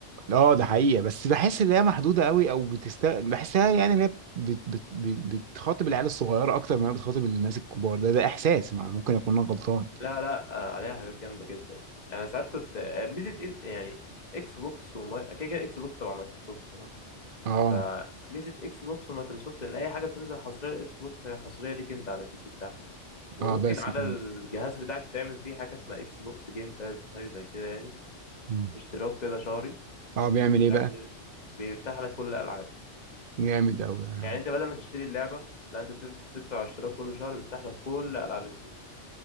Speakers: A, on the right; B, on the left.
A: اه ده حقيقة بس بحس ان هي محدودة قوي او بتست بحسها يعني ان هي بت... بت... بت... بتخاطب العيال الصغيرة اكتر ما هي بتخاطب الناس الكبار ده ده احساس مع- ممكن اكون انا غلطان
B: لا لا آه، عليها حاجات جامدة جدا يعني ساعات كنت آه، ميزة إيه- يعني إكس بوكس وماي كده كده إكس بوكس تبع مايكروسوفت تمام
A: اه
B: فميزة إكس بوكس ومايكروسوفت إن أي حاجة بتنزل حصرية لإكس بوكس هي حصرية ليك أنت على البي سي بتاعك وممكن
A: اه بس
B: على
A: كده
B: الجهاز بتاعك تعمل فيه حاجة اسمها إكس بوكس جيم باز حاجة زي كده يعني
A: مم.
B: اشتراك كده شهري
A: اه بيعمل
B: مش
A: ايه
B: عارف
A: بقى
B: بت- بيفتح لك كل الألعاب
A: جامد أوي يعني
B: يعني انت بدل ما تشتري اللعبه لا انت بتف- بتدفع اشتراك كل شهر بيفتح لك كل العاب اكس بوكس